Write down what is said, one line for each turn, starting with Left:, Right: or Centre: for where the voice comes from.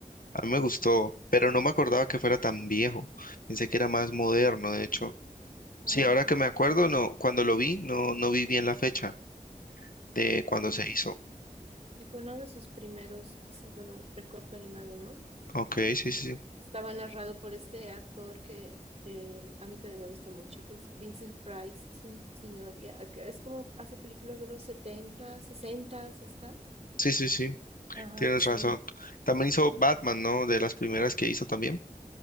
Left: a mí me gustó, pero no me acordaba que fuera tan viejo. Pensé que era más moderno, de hecho.
Right: Ah,
Left: Sí, ahora
Right: ok.
Left: que me acuerdo, no, cuando lo vi, no, no vi bien la fecha de cuando
Right: Sí.
Left: se hizo.
Right: Y fue uno de sus primeros, así, bueno, el corto animado, ¿no?
Left: Ok, sí,
Right: Y
Left: sí, sí,
Right: Estaba narrado por este actor que eh, a mí también me gusta mucho, que es Vincent Price, es un señor, ya, que es como hace películas de los 70, 60, hasta.
Left: sí, sí, sí,
Right: Ajá,
Left: tienes
Right: sí.
Left: razón. También hizo
Right: Ujú.
Left: Batman, ¿no? De las primeras que hizo también.